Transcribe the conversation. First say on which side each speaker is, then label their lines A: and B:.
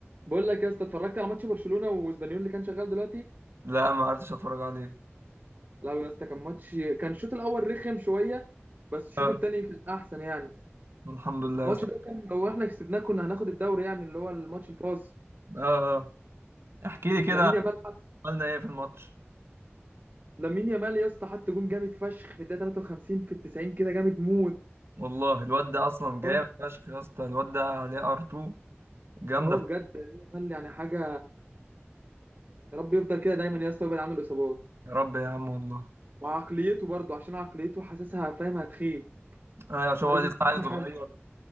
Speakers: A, on the right; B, on the right.
A: بقول لك يا اسطى اتفرجت على ماتش برشلونه واسبانيول اللي كان شغال دلوقتي
B: لا ما عرفتش اتفرج عليه
A: لا يا اسطى كان ماتش كان الشوط الاول رخم شويه بس الشوط
B: اه
A: التاني كان احسن يعني
B: الحمد لله
A: الماتش
B: يا اسطى
A: ده كان لو احنا كسبناه كنا هناخد الدوري يعني اللي هو الماتش الفاصل
B: اه آه. احكي لي كده
A: لامين يامال حط-
B: عملنا ايه في الماتش
A: لامين يامال يا اسطى حط جون جامد فشخ في الدقيقه 53 في ال 90 كده جامد موت
B: والله الواد ده اصلا جامد
A: اه
B: فشخ يا اسطى الواد ده عليه ار 2 جامده
A: اه بجد
B: فشخ.
A: لامين يامال يعني حاجه يا رب يفضل كده دايما يا اسطى ويبعد عنه الاصابات
B: يا رب يا عم والله
A: وعقليته برضه عشان عقليته حاسسها فاهم هتخيل
B: ايوه عشان
A: لازم
B: هو لسه عيل
A: اهم
B: صغير
A: حاجه